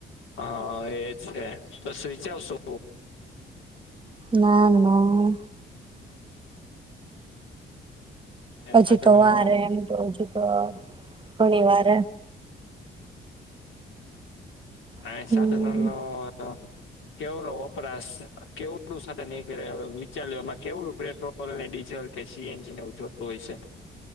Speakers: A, on the left (about 80°); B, on the right (about 25°).
A: હા એજ છે તોચાવશું
B: ના ના
A: એ સાધનોનો
B: હજી તો વાર એમ તો હજી તો ઘણી વાર
A: હા
B: હમ
A: સાચ નલ ન કેવલોો વપરાશ કેવડું સાથે નહી કર વિચાર્યોમાં કેવડું પ્રેટ પેટ્રોલ ને ડીઝલ કે સીએનજી ને ઉજવતું હોય છે.